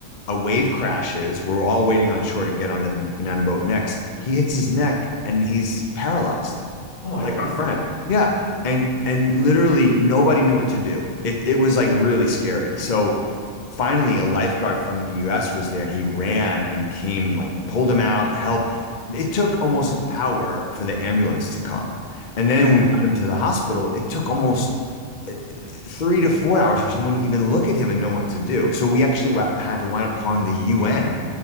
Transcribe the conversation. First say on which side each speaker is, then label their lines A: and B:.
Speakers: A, on the left (about 40°); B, on the left (about 70°).
A: a wave crashes. We're all waiting on shore to get on the banana boat next. He hits his neck and he's paralyzed
B: oh my
A: like
B: gosh
A: our friend. Yeah. And and literally nobody knew what to do. It it was like really scary. So finally a lifeguard from the US was there and he ran and came like pulled him out and helped. It took almost an hour for the ambulance to come. And then
B: yeah
A: when we got him to the hospital, it took almost uh, three to four hours for someone to even look at him and know what to do. So we actually wa- had to wind up calling the UN